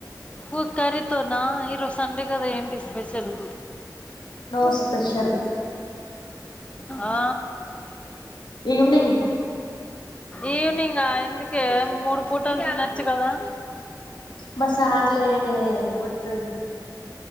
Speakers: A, on the left (about 15°); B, on the left (about 85°).
A: ఊకరీతోనా ఈ రోజు సండే కదా ఏంటిస్త పైసలు
B: నో స్పెషల్
A: ఆ
B: ఈవనింగ్
A: ఈవినింగ్ ఎందుకే మూడు పూటలు తినొచ్చు కదా
B: మ సార్లేడే ఊరికి పోయిండు